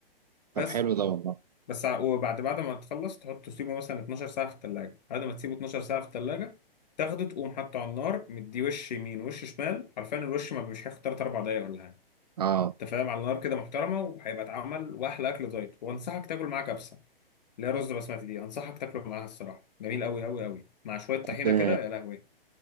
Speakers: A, on the right (about 45°); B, on the left (about 45°).
A: طب
B: بس
A: حلو ده والله
B: بس ع- وبعد بعد ما تخلص تحطه تسيبه مثلا 12 ساعة في التلاجة بعد ما تسيبه 12 ساعة في التلاجة تاخده تقوم حاطه على النار مدي وش يمين وش شمال حرفيا الوش ما مش هياخد 3 4 دقايق ولا حاجة
A: اه
B: انت فاهم على النار كده محترمة وهيبقى اتعمل واحلى اكل دايت وانصحك تاكل معاه كبسة اللي هي رز بسمتي دي انصحك تاكله معاها الصراحة جميل قوي قوي قوي مع شوية طحينة
A: طب
B: كده يا لهوي